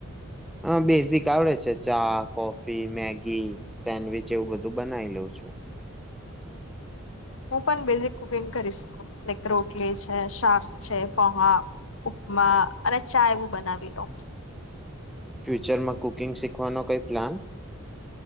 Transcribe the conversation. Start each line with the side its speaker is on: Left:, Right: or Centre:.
Centre: અ બેઝિક આવડે છે, ચા કોફી મેગી સેન્ડવીચ એવું બધું બનાવી લઉં છુ.
Left: હું પણ બેઝિક કુકિંગ કરી શકું લક રોટલી છે શાક છે, પહા ઉપમા અને ચા એવું બનાવી લો
Centre: ફ્યુચરમાં કુકિંગ શીખવાનો કઈ પ્લાન